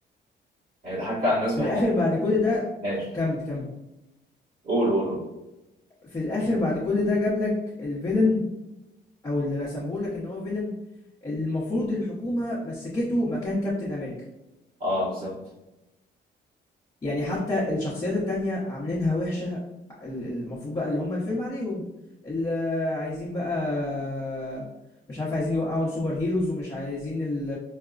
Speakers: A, on the right; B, on the left.
A: ضحكت على الناس بحاجه
B: في الاخر بعد كل ده
A: ماشي
B: كمل كمل
A: قول قول قول
B: في الاخر بعد كل ده جاب لك الفيلن او اللي رسمه لك ان هو فيلن المفروض الحكومة مسكته مكان كابتن امريكا
A: اه بالظبط
B: يعني حتى الشخصيات التانية عاملينها وحشة ال- المفروض بقى اللي هم الفيلم عليهم اللي عايزين بقى مش عارف عايزين يوقعوا السوبر هيروز ومش عايزين ال-